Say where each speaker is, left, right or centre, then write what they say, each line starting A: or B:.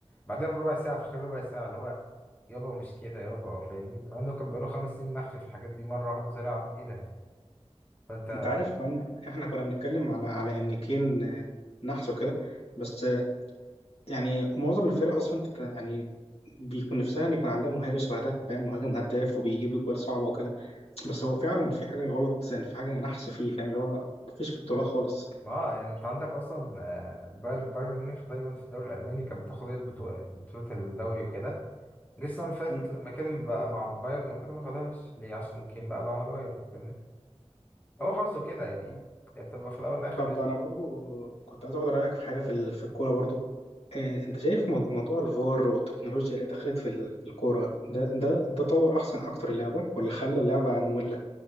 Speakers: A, on the left; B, on the left.
A: بعدها بربع ساعة في خلال ربع ساعة اللي هو يابا مش كده يابا فاهمني مع انه كان بقاله خمس سنين مخفي في الحاجات دي مرة واحدة طلع ايه ده فانت
B: انت عارف ان احنا كنا بنتكلم على على ان كين آه، نحسه كده بس يعني معظم الفرق اصلا تت... يعني بيكون نفسها ان يكون عندها مهاجم شبه ده فاهم مهاجم هداف وبيجيب اجوال صعبه وكده بس هو فعلا في حاجه غلط يعني في حاجه نحس فيه فاهم اللي هو مفيش بطولات خالص
A: ما آه يعني انت عندك اصلا آه، باير بايرن ميونخ دايما في الدوري الالماني كان بتاخد هي البطو- بطولة الدوري وكده جه السنة اللي فاتت
B: مم.
A: لما كان بقى مع بايرن وكده ما خدهاش ليه عشان كان بقى بعمل بايرن فاهمني؟ هو حظه كده يعني
B: طب
A: هي بتبقى في الاول والاخر
B: طب
A: رزق
B: انا برضو كنت عايز اخد رايك في حاجه في ال- في الكوره برضو آه، انت شايف مو- موضوع الفار والتكنولوجيا اللي دخلت في ال- في الكوره ده ده ده طور احسن اكتر اللعبه ولا خلى اللعبه ممله